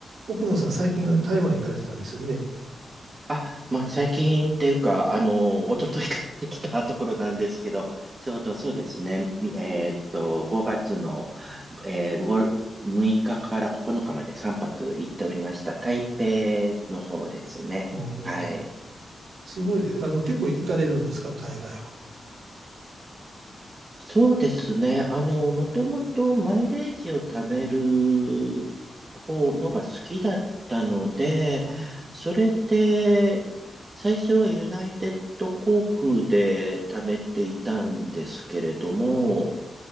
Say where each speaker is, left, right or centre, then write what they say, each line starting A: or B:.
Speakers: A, on the right; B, on the right.
A: 奥野さん、最近台湾行かれてたんですよね。
B: あ、まあ、最近っていうか、あの、一昨日から来たところなんですけど、ちょうどそうですね、みえーっと、5月の、えー、ご6日かから9日まで3泊行っておりました。台北の方ですね。
A: おー
B: はい。
A: すごい、あの、結構行かれるんですか、海外は。
B: そうですね。あの、もともとマイレージを貯める方のが好きだったので、
A: うん
B: それで、最初はユナイテッド航空で貯めていたんですけれども、